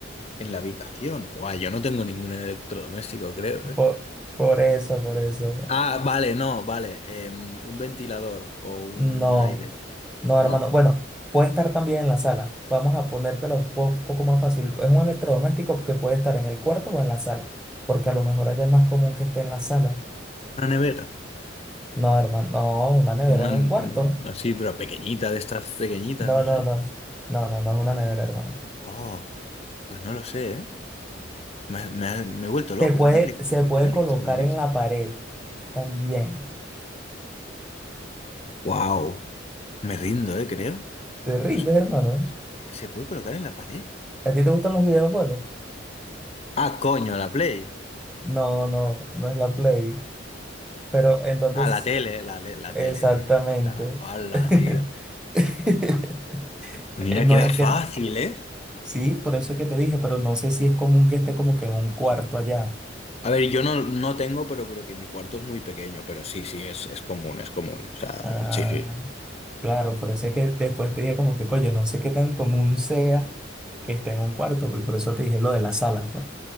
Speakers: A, on the left (about 35°); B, in the centre.
A: En la habitación. Guau, yo no tengo ningún electrodoméstico, creo, ¿eh?
B: por, por eso, por eso.
A: Ah, vale, no, vale. Em, un ventilador o un
B: No,
A: aire,
B: no,
A: ¿no?
B: hermano. Bueno, puede estar también en la sala. Vamos a ponértelo un po- poco más fácil. Es un electrodoméstico que puede estar en el cuarto o en la sala, porque a lo mejor allá es más común que esté en la sala.
A: Una nevera.
B: No, hermano, no, una nevera
A: Una
B: en
A: mm,
B: un cuarto.
A: así, pero pequeñita, de estas pequeñitas,
B: No,
A: no
B: no,
A: sé.
B: no. No, no, no es una nevera, hermano.
A: Oh, pues no lo sé, ¿eh? Me, me ha- me he vuelto
B: Se
A: loco.
B: puede,
A: Un, elec-
B: se puede
A: un electrodoméstico.
B: colocar en la pared también.
A: Wow. Me rindo, eh, creo.
B: Te rindes,
A: No sé.
B: hermano.
A: ¿Se puede colocar en la pared?
B: ¿A ti te gustan los videojuegos?
A: Ah, coño, la Play.
B: No, no, no es la Play. Pero entonces,
A: Ah, la tele, la, le- la
B: exactamente.
A: tele, tío. La, ala,
B: <laughs>
A: tío.
B: <laughs>
A: Mira
B: No,
A: que era
B: es
A: fácil,
B: que
A: ¿eh?
B: Sí, por eso es que te dije, pero no sé si es común que esté como que en un cuarto allá.
A: A ver, yo no, no tengo, pero, pero que mi cuarto es muy pequeño, pero sí, sí, es, es común, es común. O sea,
B: Ah,
A: sí, sí.
B: claro, por eso es que después te dije como que, coño, no sé qué tan común sea que esté en un cuarto, pues, y por eso te dije lo de la sala, pues.